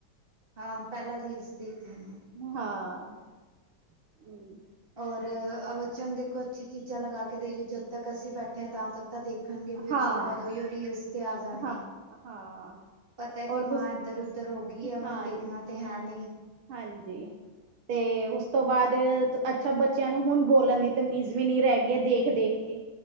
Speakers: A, on the right (about 25°); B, on the right (about 75°).
A: ਹਾਂ ਪਹਿਲਾ ਰੀਲਸ ਦੇਖਦੇ ਨ।
B: ਹਾਂ <unintelligible>
A: ਔਰ ਅ ਬੱਚਿਆ ਨੂੰ ਦੇਖੋ ਅੱਛੀ ਚੀਜ਼ਾਂ ਲਗਾ ਕੇ ਦੇਈਏ ਂ, ਜਦ ਤੱਕ ਅਸੀਂ ਬੈਠੇ ਹਾਂ ਤਾਂ, ਤਾਂ ਦੇਖ ਖਣਗੇ ਫਿਰ
B: ਹਾਂ
A: ਉਸ ਤੋਂ ਬਾਅਦ ਉਹੀ ਉਹ ਰੀਲਸ ਤੇ ਆ ਜਾਣਗੇ।
B: ਹਾਂ ਹਾਂ।
A: ਪਤਾ ਕਿ
B: ਔਰ
A: ਮਾਂ
B: ਤੁਸ
A: ਇੱਧਰ ਉੱਧਰ ਹੋ ਗਈ ਆ ਉਹਨੇ
B: ਹਾਂ
A: ਦੇਖਣਾ ਤੇ ਹੈ ਨੀ।
B: ਹਾਂਜੀ। ਤੇ ਉਸ ਤੋਂ ਬਾਅਦ ਅੱਛਾ ਬੱਚਿਆਂ ਨੂੰ ਹੁਣ ਬੋਲਣ ਦੀ ਤਮੀਜ਼ ਵੀ ਨਹੀਂ ਰਹਿ ਗਈ ਹੈ ਦੇਖ ਦੇਖ ਕੇ।